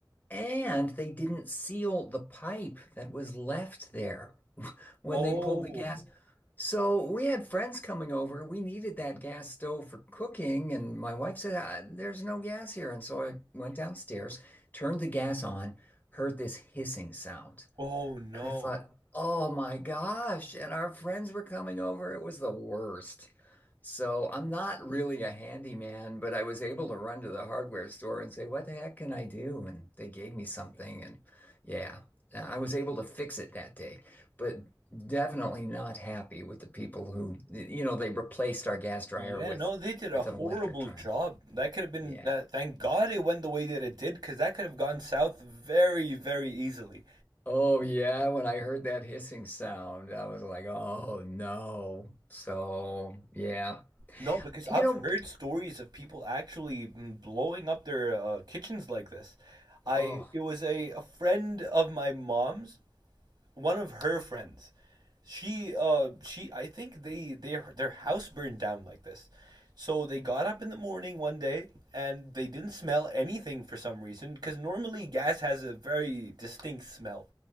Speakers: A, on the left (about 20°); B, on the right (about 60°).
A: And they didn't seal the pipe that was left there when
B: Oh,
A: they pulled the gas. So we had friends coming over. We needed that gas stove for cooking. And my wife said, "Ah, There's no gas here. And so I went downstairs, turned the gas on, heard this hissing sound.
B: oh no.
A: And I thought, oh my gosh. And our friends were coming over. It was the worst. So I'm not really a handyman, but I was able to run to the hardware store and say, what the heck can I do? And they gave me something. And yeah, I was able to fix it that day, but definitely not happy with the people who, you know, they replaced our gas dryer
B: Yeah,
A: with
B: no, they did a
A: with
B: horrible
A: an electric dryer.
B: job. That could have been
A: Yeah.
B: that. Thank God it went the way that it did, because that could have gone south very, very easily.
A: Oh yeah, when I heard that hissing sound, I was like, "Oh no." So, yeah.
B: No, because I've
A: You know,
B: heard stories of people actually mm, blowing up their uh, kitchens like this. I
A: oh,
B: it was a, a friend of my mom's one of her friends she uh she i think they their their house burned down like this so they got up in the morning one day and they didn't smell anything for some reason because normally gas has a very distinct smell